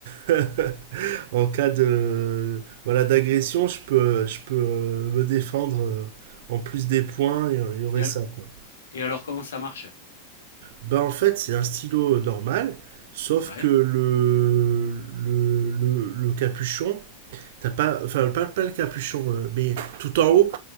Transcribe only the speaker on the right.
<laughs> en cas de voilà d'agression, je peux je peux euh, me défendre euh, en plus des points, il y aurait il y aurait
ça quoi.
Bah en fait, c'est un stylo euh, normal, sauf
que le le, le, le capuchon, t'as pas enfin pas, pas le capuchon euh, mais tout en haut